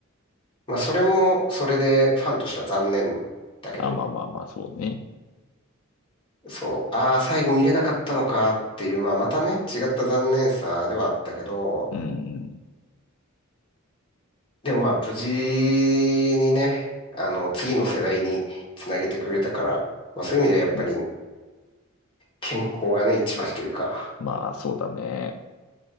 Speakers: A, on the left; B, on the left.
A: まあ、それも、それでファンとしては残念だけど、
B: あ、まあまあまあ、そうね。
A: そう、ああ、最後見れなかったのかっていう、まあ、またね、違った残念さではあったけど、
B: うん、
A: でもまあ、無事にね、あの、次の世代につなげてくれたから、まあ、そういう意味ではやっぱり
B: うん。ま、
A: 健康がね、一番というか、
B: まあ、そうだね。